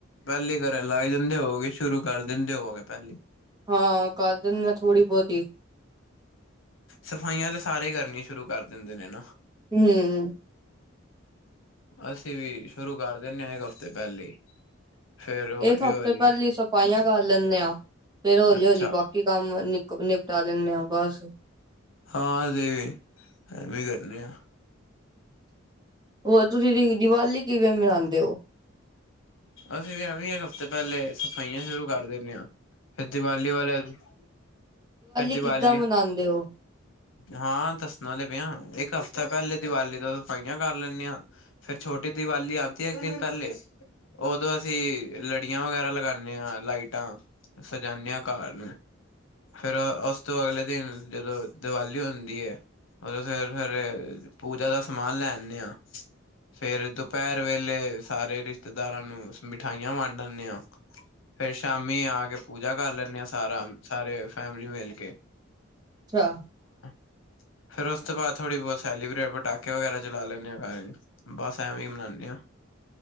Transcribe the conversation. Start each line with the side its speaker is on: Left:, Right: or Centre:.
Left: ਪਹਿਲੀ ਕਰਨ ਲੱਗ ਦਿੰਦੇ ਹੋਗੇ ਸ਼ੁਰੂ ਕਰ ਦਿੰਦੇ ਹੋਗੇ ਪਹਿਲੀ
Right: ਹਾਂ ਕ ਦਨ ਆ ਥੋੜ੍ਹੀ ਬਹੁਤੀ
Left: ਸਫਾਈਆਂ ਤਾਂ ਸਾਰੇ ਕਰਨੀਆਂ ਸ਼ੁਰੂ ਕਰ ਦਿੰਦੇ ਨੇ ਨਾ
Right: ਹਮ
Left: ਅਸੀਂ ਵੀ ਸ਼ੁਰੂ ਕਰ ਦਦੇ ਹਾਂ ਇੱਕ ਹਫ਼ਤੇ ਪਹਿਲੇ ਹੀ ਫੇਰ ਹੌਲੀ
Right: ਇੱਕ ਹਫ਼ਤੇ
Left: ਹੌਲੀ
Right: ਪਹਿਲੀ ਸਫ਼ਾਈਆਂ ਕਰ ਲੈਂਦੇ ਹਾਂ ਫੇਰ ਹਲੀ
Left: ਅੱਛਾ
Right: ਹਲੀ ਬਾਕੀ ਕੰਮ ਨ ਸਟਾਲਿਨ ਨੇ ਆਵਾਜ਼
Left: ਹਾਂ ਦੇ ਵੀ ਐ ਵੀਂ ਕਰਨੇ ਆ
Right: ਹੋਰ ਤੁਸੀਂ ਦੀ ਦੀਵਾਲੀ ਕਿਵੇਂ ਮਨਾਉਂਦੇ ਹੋ
Left: ਅਸੀਂ ਵੀ ਐਵੇਂ ਇੱਕ ਹਫ਼ਤੇ ਪਹਿਲੇ ਸਫਾਈਆਂ ਸ਼ੁਰੂ ਕਰ ਦਿੰਦੇ ਹਾਂ ਫਿਰ ਦੀਵਾਲੀ ਵਾਲਾ ਫਿਰ ਦੀਵਾਲੀ
Right: ਕਿੱਦਾਂ ਮਨਾਉਂਦੇ ਹੋ?
Left: ਹਾਂ ਦੱਸਣਾ ਲ ਪਿਆ ਇੱਕ ਹਫ਼ਤਾ ਪਹਿਲੇ ਦੀਵਾਲੀ ਤੋਂ ਸਫਾਈਆਂ ਕਰ ਲੈਂਦੇ ਹਾਂ ਫਰ ਛੋਟੀ ਦੀਵਾਲੀ ਆਦੀ ਹੈ ਇੱਕ ਦਿਨ ਪਹਿਲੇ ਉਦੋਂ ਅਸੀਂ ਲੜੀਆਂ ਵਗੈਰਾ ਲਗਾਉਦੇ ਹਾਂ ਲਾਈਟਾਂ ਸਜਾਦੇ ਹਾਂ ਕਾਰ ਨੂੰ ਫੇਿਰ ਉਸ ਤੋਂ ਅਗਲੇ ਦਿਨ ਜਦੋਂ ਦੀਵਾਲੀ ਹੁੰਦੀ ਹੈ ਉਦੋਂ ਫਿਰ ਫਿਰ ਪੂਜਾ ਦਾ ਸਮਾਨ ਲੈਦੇ ਆਾਂ ਫੇਰ ਦੁਪਹਿਰ ਵੇਲੇ ਸਾਰੇ ਰਿਸ਼ਤੇ ਰਿਦਾਰਾਂ ਨੂੰ ਮਿਠਾਈਆਂ ਵੰਡ ਦਦੇ ਆ ਫੇਰ ਸ਼ਾਮੀ ਆ ਕੇ ਪੂ ਵਜਾ ਕਰ ਲੈਂਦੇ ਆ ਸਾਰਾ ਸਾਰੇ ਫੈਮਲੀ ਮਿਲ ਕੇ
Right: ਅੱਛਾ
Left: <inaudible> ਫੇਿਰ ਉਸ ਤੋਂ ਬਾਅਦ ਥੋੜ੍ਹੀ ਬਹੁਤ ਸੈਲੀਬ੍ਰੇਟ ਪਟਾਕੇ ਵਗੈਰਾ ਚਲਾ ਲੈਂਦੇ ਆਾਂਰ ਬਸ ਐਵੇਂ ਹੀ ਮਨਾਉਂਦੇ ਹਾਂ <inaudible>